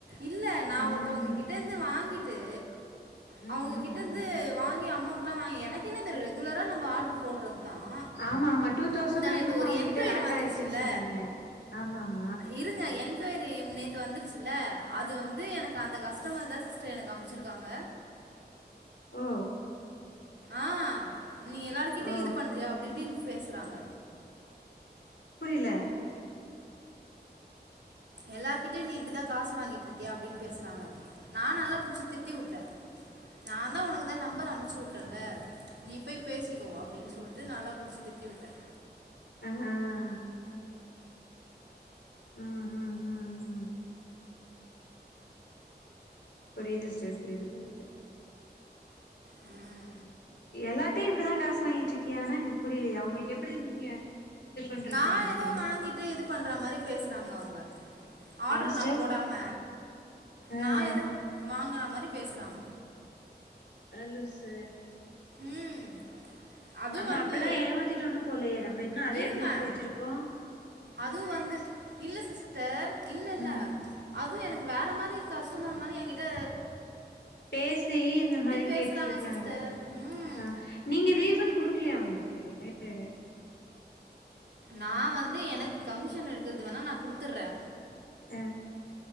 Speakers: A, on the right; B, on the left.
A: இல்ல நான்
B: ம்
A: ஒருத்தவங்க கிட்ட இருந்து வாங்கிட்டு
B: ம்
A: ட் <unintelligible> அவங்க
B: ம்
A: கிட்டந்து
B: ம்
A: வாங்கி அமௌண்ட் யம்ம எனக்கு என்னத்த ரெகுலரா நம்ம ஆர்டர் போடுறது தான்
B: ஆமா ஆமா டூ தௌசண்ட
A: முந்தா
B: ஆ
A: நேத்து
B: என்னமோ
A: ஒரு
B: அவகிட்ட
A: என்கொயரி
B: லாக்
A: வந்துச்சுல்ல
B: ஆயிருச்சுன் சொன்னீங்க ஆமா ஆமா
A: இருங்க என்கொயர்க் நேத்து வந்துச்சுல அது வந்து எனக்கு அந்த கஷ்ட கஸ்டமா தான் சிஸ்டர் எனக்கு அமுச்சிருக்காங்க
B: ஓ
A: ஆஹ் நீ எல்லாருகிட்டய
B: ஓ
A: இது பண்ன்றியா அப்படி இப்படின்னு பேசுறாங்க
B: புரியல
A: எல்லார்கிட்டயும் நீ இப்படிதான் காசு வாங்கிட்டு இருக்கியா அப்படின்னு பேசுறாங்க நான் நல்லா புடிச்சு திட்டி விட்டேன் நான் தான் உனக்குதான் நம்பர் அமைச்சு விட்டேன்ல நீ போய் பேசிக்கோ அப்படின்னு சொல்லிட்டு நல்லா புடிச்சு திட்டி விட்டேன்
B: ஆஹஹ உஹம் உஹம் உஹம் உஹம் புரியுது ஸ்டர் புரியுது புரியுது
A: உஹம்
B: எல்லாரிட்டையும் இப்படிதான் காசு வாங்கிட்டு இருக்கியானு எனக்கு புரியல அவங்களுக்கு எப்படி நீங்க இது பண்றது
A: நான்
B: அவங்களுக்கு
A: ஏதோ
B: தெரியு
A: வாங்கிட்டு இது பண்ற மாதிரி பேசுறாங்க அவங்க ஆர்டரு
B: என்ன சிஸ்டர்
A: நான் போடாம நான்
B: ஆ
A: ஏதோ வாங்கின மாதிரி பேசுறாங்க
B: அடலூசு உம்
A: ம் அதுவும்
B: நம்ம
A: வந்து
B: அப்பல்லாம் ஏமாத்திட்டு ஒன்னு போலையே நம்ம இன்னும் அதே
A: இருங்க
B: குரூப் வச்சிருக்கோம்
A: அதுவும் வந்து இல்ல சிஸ்டர் இல்ல இல்ல
B: ம்
A: அதுவு எனக்கு வேற மாதிரி கஸ்டமர்மாரி எங்கிட்ட
B: பேசி இந்த மாரி
A: பேசுகிறாங்க
B: கேட்டுட்ருக்காங்க
A: சிஸ்டர் ம்
B: ஆஹ நீங்க ரீசண்ட் குடு இருலையா உங்களுக்கு <unintelligible>
A: நான் வந்து எனக்கு கமிஷன் இருக்குது வேணா நா குடுத்துடுறே
B: ஹ